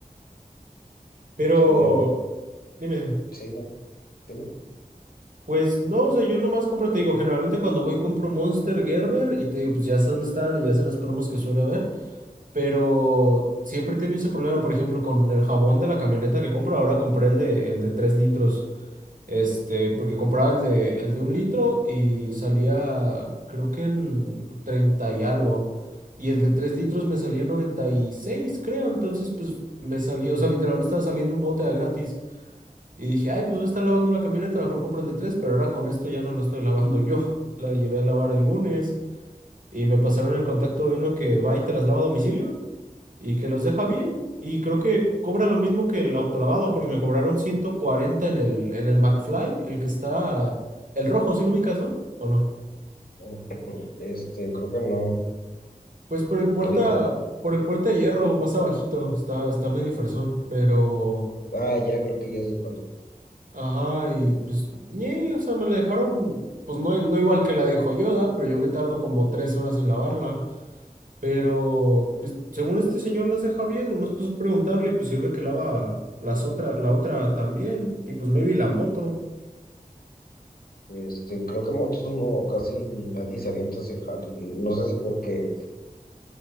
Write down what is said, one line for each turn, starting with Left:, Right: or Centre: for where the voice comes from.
Right: Pero,
Left: sí,
Right: dime, dime.
Left: Sí, no, dime.
Right: Pues no, o sea, yo nomás compro, te digo, generalmente cuando voy compro Monster, Gerber y te digo, pues ya sé dónde están y ya sé las promos que suele haber, pero siempre he tenido ese problema, por ejemplo, con el jabón de la camioneta que compro, ahora compré el de, el de 3 litros, este, porque compraba el de, el de un litro y salía, creo que en 30 y algo, y el de 3 litros me salía en 96, creo, entonces pues me salía, o sea, literal me estaba saliendo un bote a gratis. Y dije, ay, pues voy a estar lavando la camioneta, mejor compro el de tres, pero ahora con esto ya no la estoy lavando yo. <laughs> La llevé a lavar el lunes y me pasaron el contacto de uno que va y te las lava a domicilio y que los deja bien. Y creo que cobra lo mismo que el autolavado porque me cobraron 140 en el, en el McFly, el que está, el rojo, si lo ubicas, ¿no? ¿O no?
Left: No, <laughs> <clears throat> Este, creo que no.
Right: Pues por el puerta,
Left: Lo vi
Right: por el puerta de hierro, más abajito, está, está medio fresón, pero...
Left: Ah, ya creo que ya sé cuál.
Right: Ajá, y pues, ñe, o sea, me la dejaron, pues no, no igual que la de Joyoda, pero yo me tardo como tres horas en lavarla. Pero, pues, según este señor las deja bien, nomás pues preguntarle y pues sirve que lava las otra, la otra también. Y pues maybe la moto.
Left: Este, creo que motos no, casi nadie se avienta a ese jale. No sé si porque,